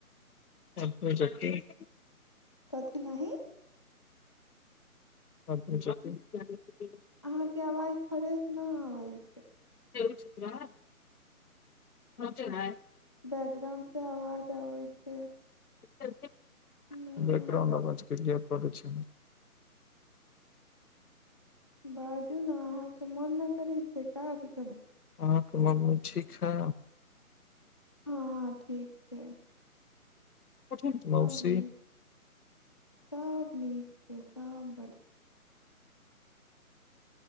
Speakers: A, on the left (about 80°); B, on the left (about 20°).
A: अपने ची <unintelligible>
B: कथी नहि
A: अच्छा अच्छा <unintelligible>
B: अहाँके आवाज फ्रेश नहि आबै छै
A: जे छुक च ह <unintelligible>
B: बैकग्राउणडसँ आवाज आबै छै
A: चलत
B: न
A: <unintelligible> देख रह ब <unintelligible> पक छ <unintelligible>
B: बाजू ने अहाँके मोन नहि करै छै आज
A: अहाँ कें मन मे ठीक छअ
B: हँ ठीक छीयै
A: <unintelligible> मौसी
B: नीक सब नीक सब